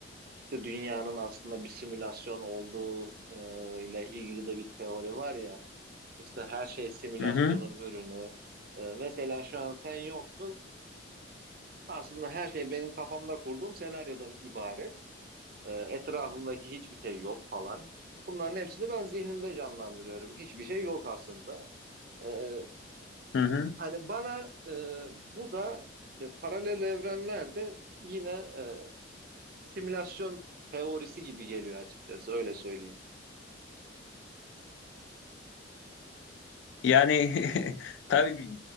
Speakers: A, on the right (about 50°); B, on the left (about 65°).
A: işte dünyanın aslında bir simülasyon olduğu e, ile ilgili de bir teori var ya. İşte her şey simülasyonun
B: Hı hı,
A: ürünü. E, mesela şu an sen yoksun. Aslında her şey benim kafamda kurduğum senaryodan ibaret. E, etrafımdaki hiçbir şey yok falan. Bunların hepsini ben zihnimde canlandırıyorum. Hiçbir şey yok aslında. E,
B: hı hı.
A: Hani bana e, bu da işte paralel evrenlerde yine e, simülasyon teorisi gibi geliyor açıkçası öyle söyleyeyim.
B: Yani <laughs> tabii